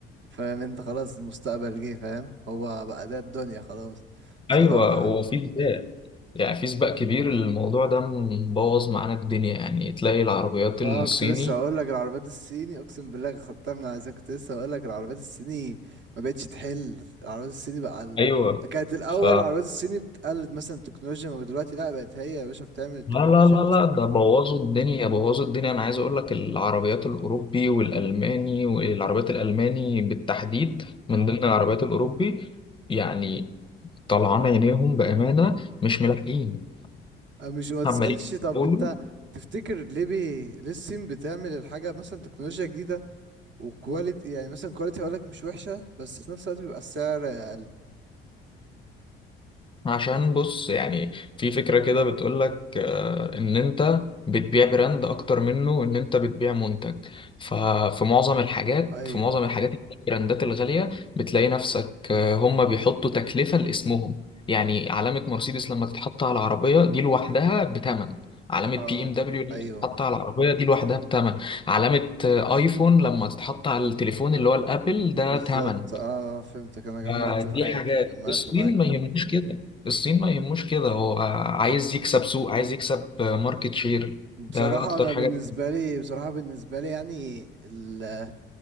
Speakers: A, on the right; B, on the left.
A: فاهم انت خلاص المستقبل جه فاهم هو بقى ده الدنيا خلاص بصراحة
B: ايوه وفي زبالة يعني في سباق كبير الموضوع ده مبوظ معانا الدنيا يعني تلاقي العربيات الصيني
A: اه كنت لسه هقول لك العربيات الصيني اقسم بالله خدتها من عايزك كنت لسه هقول لك العربيات الصيني ما بقتش تحل العربيات الصيني بقى ال...
B: ايوه
A: كانت الاول
B: ف
A: العربيات الصيني بتقلد مثلا التكنولوجيا ما دلوقتي لا بقت هي يا باشا بتعمل التكنولوجيا
B: لا لا لا لا
A: اصلا
B: ده بوظوا الدنيا بوظوا الدنيا انا عايز اقول لك العربيات الاوروبي والالماني والعربيات الالماني بالتحديد
A: مم.
B: من ضمن العربيات الاوروبي يعني طلعان عينيهم بامانه مش ملاحقين
A: أه مش ما تسالش
B: <clears throat> عمالين
A: طب
B: يحاولوا
A: انت تفتكر ليه بي... ليه الصين بتعمل الحاجه مثلا تكنولوجيا جديده وكواليتي يعني مثلا كواليتي هقول لك مش وحشه بس في نفس الوقت بيبقى السعر اقل
B: عشان بص يعني في فكرة كده بتقولك آه، إن أنت بتبيع براند أكتر منه إن أنت بتبيع منتج ففي معظم الحاجات
A: ايوه
B: في معظم الحاجات البراندات الغالية بتلاقي نفسك آه، هما بيحطوا تكلفة لاسمهم يعني علامة مرسيدس لما تتحط على العربية دي لوحدها بتمن علامة
A: اه
B: بي ام دبليو لما
A: ايوه
B: تتحط على العربية دي لوحدها بتمن علامة آه، ايفون لما تتحط على التليفون اللي هو الابل ده
A: بالظبط
B: تمن
A: اه فهمتك انا جمعت
B: ما دي
A: معاك
B: حاجات
A: جمعت
B: الصين
A: معاك
B: ما يهموش كده الصين ما يهموش كده هو عايز يكسب سوق عايز يكسب ماركت شير
A: بصراحة
B: ده اكتر
A: انا
B: حاجة
A: بالنسبة لي بصراحة بالنسبة لي يعني ال-